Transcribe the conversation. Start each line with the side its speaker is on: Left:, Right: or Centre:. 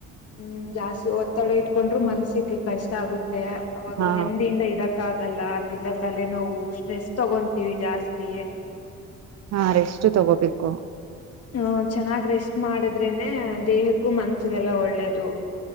Left: ಹ್ಮ್ ಜಾಸ್ತಿ ಒತ್ತಡ ಇಟ್ಕೊಂಡ್ರು ಮನಸ್ಸಿಗೆ ಕಷ್ಟ ಆಗುತ್ತೆ ಅವಾಗ್
Right: ಹಾ
Left: ನೆಮ್ಮದಿಯಿಂದ ಇರ ಆಗಲ್ಲ ಆದ್ರಿಂದ ತಲೆನೋವು ಸ್ಟ್ರೆಸ್ ತಗೊಂತೀವಿ ಜಾಸ್ತಿ
Right: ಹಾ ರೆಷ್ಟು ತಗೋಬೇಕು
Left: ಹಹ ಚೆನ್ನಾಗ್ ರೆಸ್ಟ್ ಮಾಡಿದ್ರೇನೆ ದೇಹಕ್ಕೂ ಮನ್ಸಗೆಲ್ಲ ಒಳ್ಳೇದು